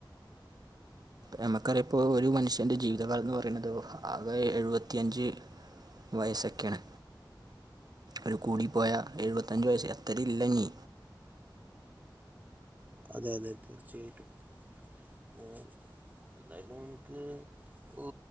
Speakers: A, on the right; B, on the right.
A: നമുക്കറിയോ ഇപ്പോ ഒരു മനുഷ്യൻ്റെ ജീവിതകാലം ന്ന് പറിണത് ഓഹ് ആകെ എഴുപത്തിയഞ്ച് വയസോക്കെണ് ഒരു കൂടിപ്പോയ എഴുവത്തഞ്ച് വയസ്സ് അത്തറില്ലഞ്ഞി
B: അതെ അതെ തീർച്ചയായിട്ടും അ എന്തായാലും മ്ക്ക് ഓ